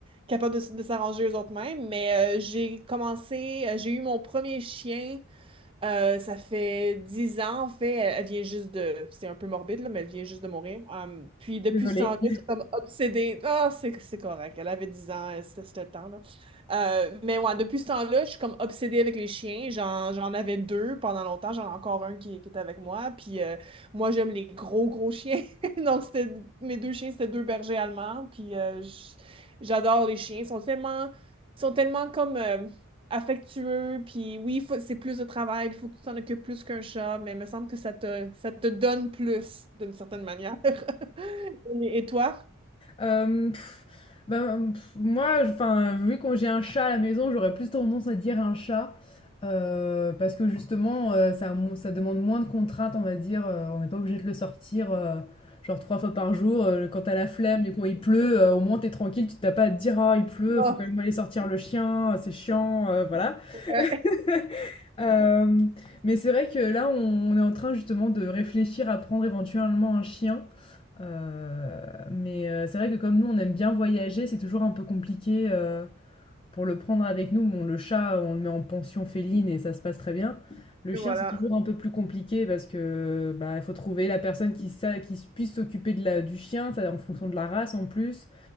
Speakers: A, on the right (about 25°); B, on the left (about 25°).
A: capables de, s- de s'arranger eux autres mêmes. Mais euh, j'ai commencé, euh, j'ai eu mon premier chien euh, ça fait dix ans, en fait. Elle, elle vient juste de. C'est un peu morbide, là, mais elle vient juste de mourir. Um, puis depuis
B: Désolée.
A: ce temps-là, je suis comme obsédée. Ah, c'est c'est correct. Elle avait 10 ans, elle- c'était c'était le temps, là. Euh, mais ouais, depuis ce temps-là, je suis comme obsédée avec les chiens. J'en, j'en avais deux pendant longtemps. J'en ai encore un qui, qui est avec moi. Puis euh, moi, j'aime les gros, gros chiens. <laughs> Donc, c'était mes deux chiens, c'était deux bergers allemands. Puis euh, j- j'adore les chiens. Ils sont tellement. Ils sont tellement comme. euh, affectueux, puis oui, faut- c'est plus de travail, il faut que tu t'en occupes plus qu'un chat, mais il me semble que ça te, ça te donne plus, d'une certaine manière. <laughs> Et et toi?
B: Euh, pff, ben, pff, moi, enfin vu qu'on j'ai un chat à la maison, j'aurais plus tendance à dire un chat. euh, parce que justement, euh, ça, mo- ça demande moins de contraintes, on va dire. euh, on n'est pas obligé de le sortir euh, genre trois fois par jour. euh, quand t'as la flemme et quand il pleut, euh, au moins t'es tranquille, tu t'as pas à te dire Ah, il pleut,
A: Oh,
B: faut quand même aller sortir le chien, c'est chiant, euh, voilà.
A: ouais.
B: <laughs> Hem, mais c'est vrai que là, on on est en train justement de réfléchir à prendre éventuellement un chien. Heu, mais heu, c'est vrai que comme nous, on aime bien voyager, c'est toujours un peu compliqué, heu, pour le prendre avec nous. Bon, le chat, on le met en pension féline et ça se passe très bien. Le
A: Et
B: chien,
A: voilà.
B: c'est toujours un peu plus compliqué parce que, bah, il faut trouver la personne qui sa qui puisse s'occuper de la du chien, ça en fonction de la race en plus.